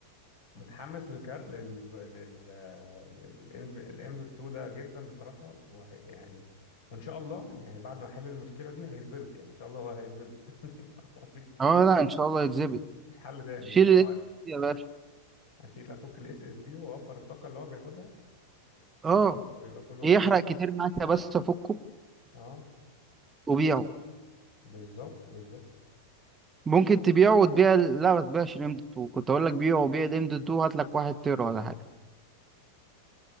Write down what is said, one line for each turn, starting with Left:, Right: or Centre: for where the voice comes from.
Left: متحمس للكار لل لل للام دوت 2 ده جدا بصراحة وهي يعني وإن شاء الله يعني بعد ما أحل المشكلة دي هيتظبط يعني إن شاء الله هو هيتظبط <laughs> مفيش
Right: اه لا ان شاء الله يتظبط
Left: مفيش حل تاني
Right: شيل
Left: ان هو
Right: الاكس يا باشا
Left: اشيل افك الاس اس دي واوفر الطاقه اللي هو بياخدها
Right: اه
Left: يبقى كله ويبقى كله رايح
Right: يحرق كتير معاك يا بس فكه
Left: اه
Right: وبيعه
Left: بالظبط بالظبط
Right: ممكن تبيعه وتبيع ال- لا ما تبيعش الام دوت 2 كنت اقول لك بيعه وبيع الام دوت 2 هات لك واحد تيرا ولا حاجه